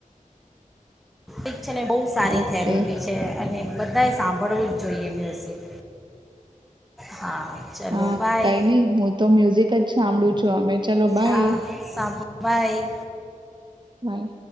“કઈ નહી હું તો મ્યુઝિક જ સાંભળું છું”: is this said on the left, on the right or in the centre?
Right